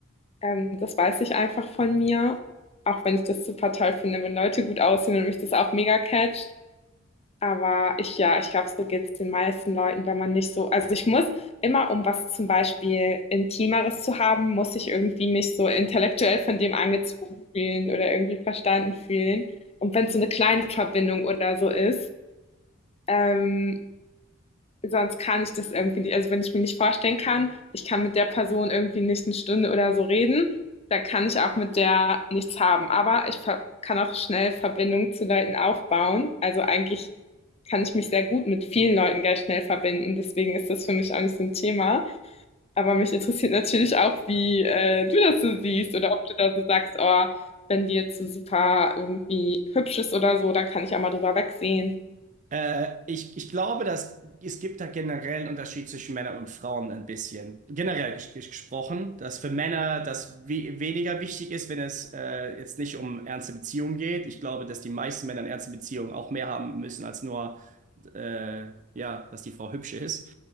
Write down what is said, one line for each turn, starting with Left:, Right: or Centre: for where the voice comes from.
Left: Ähm, das weiß ich einfach von mir. Auch wenn ich das super toll finde, wenn Leute gut aussehen und mich das auch mega catcht. Aber ich ja, ich glaube, so geht es den meisten Leuten, wenn man nicht so also ich muss immer, um was zum Beispiel Intimeres zu haben, muss ich irgendwie mich so intellektuell von dem angezogen fühlen oder irgendwie verstanden fühlen. Und wenn es so eine kleine Verbindung oder so ist, ähm, sonst kann ich das irgendwie nicht also wenn ich mir nicht vorstellen kann, ich kann mit der Person irgendwie nicht eine Stunde oder so reden, dann kann ich auch mit der nichts haben. Aber ich ver kann auch schnell Verbindung zu Leuten aufbauen. Also eigentlich kann ich mich sehr gut mit vielen Leuten gleich schnell verbinden. Deswegen ist das für mich auch nicht so ein Thema. Aber mich interessiert natürlich auch, wie äh, du das so siehst oder ob du da so sagst, oh, wenn die jetzt so super irgendwie hübsch ist oder so, dann kann ich auch mal drüber wegsehen.
Right: Äh, ich, ich glaube, dass es gibt da generell einen Unterschied zwischen Männern und Frauen ein bisschen. Generell ges ges- gesprochen, dass für Männer das we weniger wichtig ist, wenn es äh, jetzt nicht um ernste Beziehungen geht. Ich glaube, dass die meisten Männer in ernsten Beziehungen auch mehr haben müssen als nur, äh, ja, dass die Frau hübsch ist.